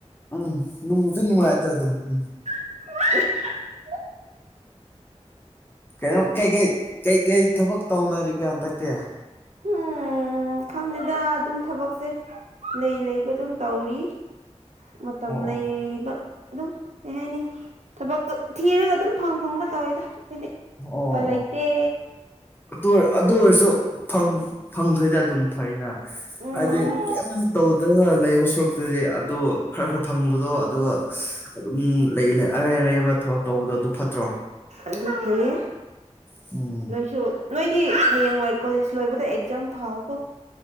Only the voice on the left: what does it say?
ꯎꯝ ꯅꯨꯡꯕꯨꯗꯤ ꯅꯨꯡꯉꯥꯏꯗ ꯑꯗꯨꯝ ꯎꯝ
ꯀꯩꯅꯣ ꯀꯩꯀꯩ ꯀꯩꯀꯩ ꯊꯕꯛ ꯇꯧꯅꯔꯤꯒꯦ ꯍꯟꯗꯛꯇꯤ
ꯑꯣ
ꯑꯣ
ꯑꯣ
ꯑꯗꯨ ꯑꯗꯨ ꯑꯣꯏꯔꯁꯨ ꯐꯪ ꯐꯪꯈ꯭ꯔꯗꯤ ꯑꯗꯨꯝ ꯐꯩꯏꯅ
ꯍꯥꯏꯗꯤ ꯀꯩꯝ ꯇꯧꯗꯔꯒ ꯂꯩꯕ ꯁꯔꯨꯛꯇꯗꯤ ꯑꯗꯨ ꯈꯔ ꯈꯔ ꯐꯪꯕꯗꯣ ꯑꯗꯨꯒ ꯑꯗꯨꯝ ꯂꯩ ꯑꯔꯩ ꯑꯔꯩꯕ ꯊꯕꯛ ꯇꯧꯕꯗꯣ ꯑꯗꯨ ꯐꯠꯇ꯭ꯔꯣ
<inaudible>